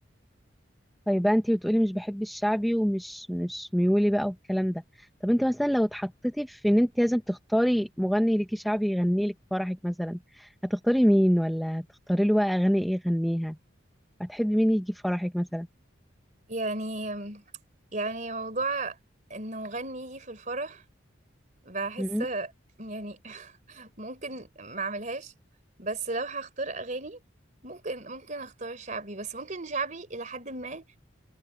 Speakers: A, in the centre; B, on the right.
A: طيب بقى انت بتقولي مش بحب الشعبي ومش مش ميولي بقى والكلام ده طب انت مثلا لو اتحطيتي في ان انت لازم تختاري مغني ليكي شعبي يغني لك فرحك مثلا هتختاري مين ولا هتختاري له بقى اغاني ايه يغنيها هتحبي مين يجي فرحك مثلا
B: يعني يعني موضوع إنه مغني يجي في الفرح بحس
A: امم
B: يعني <laughs> ممكن ما اعملهاش بس لو هختار أغاني ممكن ممكن اختار شعبي بس ممكن شعبي إلى حد ما